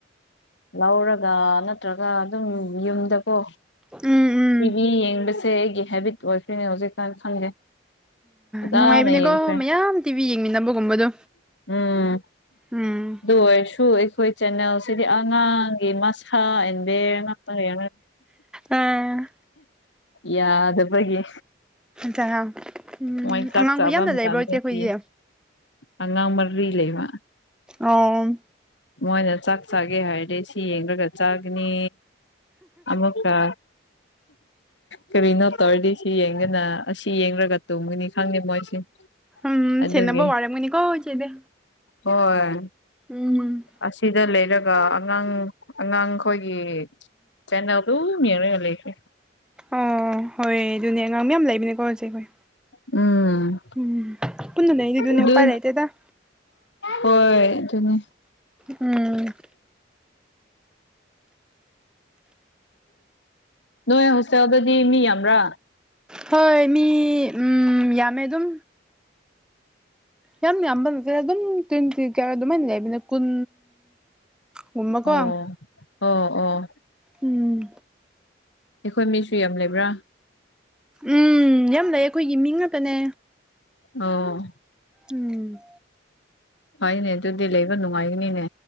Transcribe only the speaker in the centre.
ꯎꯝ ꯎꯝ
ꯅꯨꯡꯉꯥꯏꯕꯅꯤꯀꯣ
ꯃꯌꯥꯝ ꯇꯤꯚꯤ ꯌꯦꯡꯃꯤꯟꯅꯕꯒꯨꯝꯕꯗꯣ꯫
ꯎꯝ
ꯑꯥ
ꯎꯝ
ꯑꯉꯥꯡꯗꯣ
ꯌꯥꯝ
ꯂꯩꯕ꯭ꯔꯣ ꯏꯆꯦ ꯈꯣꯏꯗꯤ꯫
ꯑꯣꯝ꯫
ꯎꯝ
ꯁꯦꯟꯅꯕ ꯋꯥꯔꯝꯒꯅꯤꯀꯣ ꯏꯆꯦꯗꯤ
ꯎꯝ
ꯑꯣ ꯍꯣꯏ ꯑꯗꯨꯅꯦ ꯑꯉꯥꯡ ꯃꯌꯥꯝ ꯂꯩꯕꯅꯦꯀꯣ ꯍꯧꯖꯤꯛ ꯍꯣꯏ
ꯎꯝ ꯄꯨꯟꯅ ꯂꯩꯔꯤꯗꯨꯅꯤ
ꯎꯄꯥꯏ ꯂꯩꯇꯦꯗ
ꯎꯝ
ꯍꯣꯏ ꯃꯤ ꯎꯝ ꯌꯥꯝꯃꯦ ꯑꯗꯨꯝ ꯌꯥꯝ ꯌꯥꯝꯕ ꯅꯠꯇꯦ ꯑꯗꯨꯝ ꯇ꯭ꯋꯦꯟꯇꯤ ꯀꯌꯥ ꯑꯗꯨꯃꯥꯏꯅ ꯂꯩꯕꯅꯦ ꯀꯨꯟ ꯒꯨꯝꯕꯀꯣ
ꯎꯝ
ꯎꯝ ꯌꯥꯝ ꯂꯩꯌꯦ ꯑꯩꯈꯣꯏꯒꯤ ꯃꯤ ꯉꯥꯛꯇꯅꯦ
ꯎꯝ